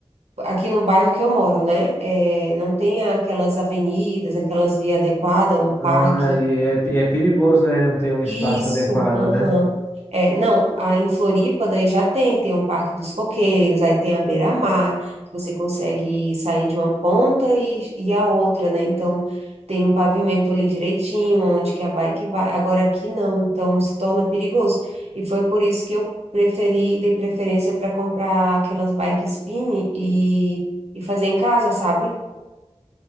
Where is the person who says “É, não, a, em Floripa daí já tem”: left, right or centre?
Right